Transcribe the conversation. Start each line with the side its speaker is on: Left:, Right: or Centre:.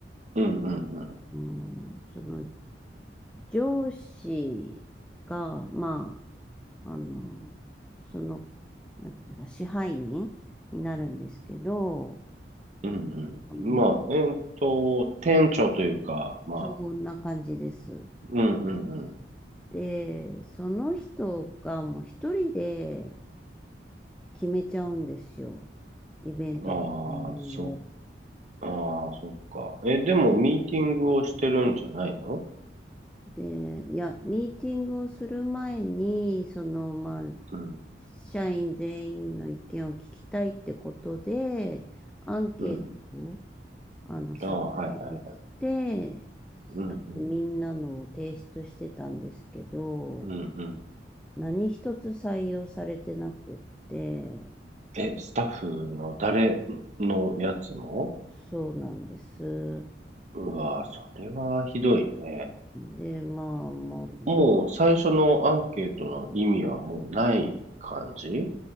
Right: うんうんうん。
Centre: うん、その上司が、まあ、あの、その、なんていうか、支配人になるんですけど、
Right: うんうん。
Centre: あの、
Right: まあ、えーっと、店長というか、まあ、
Centre: そんな感じです。
Right: うんうんうん。
Centre: で、その人がもう一人で決めちゃうんですよ。イベントの内容を。
Right: ああ、そ、ああ、そっか。え、でも、ミーティングをしてるんじゃないの
Centre: で、いや、ミーティングをする前に、その、まあ、
Right: うん。
Centre: 社員全員の意見を聞きたいってことで、アンケートを、
Right: うんうん。
Centre: あの、作成して、
Right: ああ、はいはい。
Centre: スタッフみんなのを提出してたんですけど、
Right: うんうん。うんうん。
Centre: 何一つ採用されてなくって、
Right: え、スタッフの誰のやつも
Centre: そうなんです。
Right: うわそれはひどいね。
Centre: で、まあ、も
Right: もう最初のアンケートの意味はもうない感じ